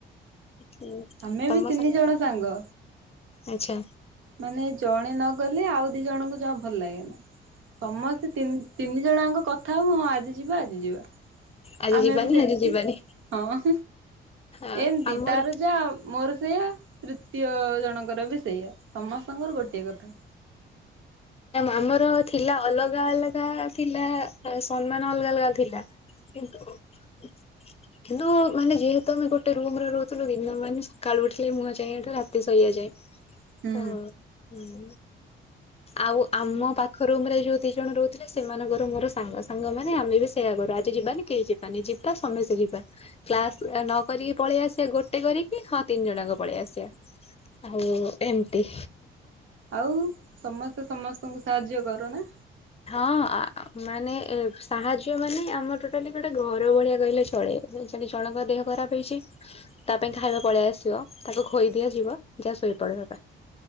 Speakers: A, on the left; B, on the right.
A: ହୁଁ
B: ଆମେ
A: ତମ
B: ବି ତିନି ଜଣ ସାଙ୍ଗ।
A: ଆଚ୍ଛା
B: ମାନେ ଜଣେ ନ ଗଲେ ଆଉ ଦି ଜଣଙ୍କୁ ଯଣ ଭଲ ଲାଗେ ନା। ସମସ୍ତେ ତିନି ଜଣଙ୍କ କଥା ହବ ହଁ ଆ ଆଜି ଯିବା ଆଜି ଯିବା।
A: ଆଜି
B: ଆମେ
A: ଯିବାନି
B: ବି ସେମିତି
A: ଆଜି ଯିବାନି
B: ହଁ
A: ହଁ
B: ଏମତି
A: ଆମର
B: ତାର ଯାହା ମୋର ସେଇଆ। ଦତୀୟ ଜଣଙ୍କର ବି ସେଇଆ। ସମସ୍ତଙ୍କର ଗୋଟିଏ କଥା।
A: ଆମର ଥିଲା ଅଲଗା ଅଲଗା ଥିଲା ସମ୍ମାନ ଅଲଗା ଅଲଗା ଥିଲା କିନ୍ତୁ କିନ୍ତୁ ମାନେ ଯେହେତୁ ଆମେ ଗୋଟେ ରୁମରେ ରହୁଥିଲୁ ଦିନ ମାନେ ସକାଳୁ ଉଠିଲେ ମୁହଁ ଯାଏଠ ରାତି ଶୋଇବା ଯାଏ।
B: ହୁଁ
A: ହଁ ହୁଁ। ଆଉ ଆମ ପାଖରୁମ ରେ ଯୋଉ ଦି ଜଣ ରହୁଥିଲେ ସେମାନଙ୍କର ମୋର ସାଙ୍ଗ ସାଙ୍ଗ ମାନେ ଆମେ ବି ସେଇୟା କରୁ ଆଜି ଯିବାନି କେହି ଯିବାନି ଯିବା ସମୟ ସେ ଯିବା କ୍ଲାସ ନ କରିକି ପଳେଇ ଆସିବା ଗୋଟେ କରିକି ହଁ ତିନି ଜଣଙ୍କ ପଳେଇ ଆସିବା ଆଉ ଏମତି।
B: ଆଉ ସମସ୍ତେ ସମସ୍ତଙ୍କୁ ସାହାଯ୍ୟ କର ନା।
A: ହଁ ମାନେ ସାହାଯ୍ୟ ମାନେ ଆମର ଟୋଟାଲି ଗୋଟେ ଘର ଭଳିଆ କହିଲେ ଚଳେ ସେଠି ଜଣଙ୍କ ଦେହ ଖରାପ ହେଇଛି ତା ପାଇଁ ଖାଇବା ପଳେଇ ଆସିବ ତାକୁ ଖୋଇ ଦିଆଯିବ ଯାହା ଶୋଇପଡବା।